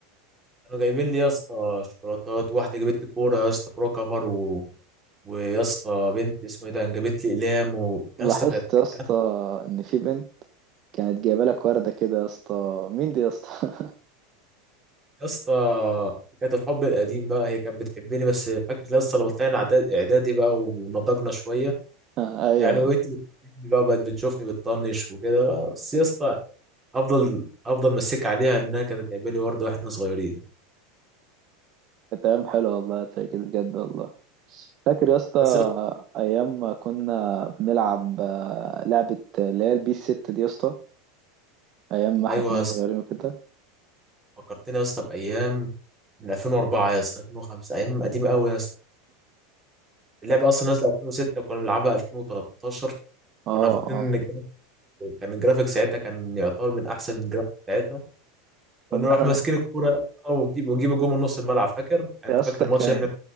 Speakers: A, on the right; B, on the right.
A: كانوا جايبين لي يا اسطى شوكولاتات واحده جابت لي كوره يا اسطى كوره كفر و... ويا اسطى بنت اسمه ايه ده جابت لي اقلام و...
B: <laughs>
A: يا
B: لاحظت
A: اسطى كانت
B: يا اسطى
A: كانت-
B: إن في بنت كانت جايبة لك وردة كده يا اسطى مين دي يا اسطى؟
A: يا اسطى كانت الحب القديم بقى هي كانت بتحبني بس فاكر يا اسطى لما طلعنا اعداد اعدادي بقى ونضجنا شويه
B: <laughs> أيوه
A: يعني ما بقتش بتحبني بقى بقت بتشوفني بتطنش وكده بقى. بس يا اسطى افضل افضل مسك عليها انها كانت جايبه لي ورده واحنا صغيرين
B: كانت أيام حلوة والله زي كده بجد والله فاكر يا اسطى
A: بس يا اسطى
B: ايام ما كنا بنلعب آه، لعبة آه، اللي هي البي ست دي يا اسطى ايام ما احنا
A: ايوه
B: كنا
A: يا اسطى
B: صغيرين وكده
A: فكرتني يا اسطى بايام من 2004 يا اسطى 2005 ايام قديمه قوي يا اسطى اللعبه اصلا نازله 2006 كنا بنلعبها 2013
B: اه
A: كنا فاكرين
B: اه
A: ان الجرافيك كان الجرافيك ساعتها كان يعتبر من احسن الجرافيك ساعتها كنا
B: كنا
A: نروح
B: احنا
A: ماسكين الكوره وجيب وجيب الجول من نص الملعب فاكر يعني
B: يا
A: انت
B: اسطى
A: فاكر الماتش
B: كان
A: اللي احنا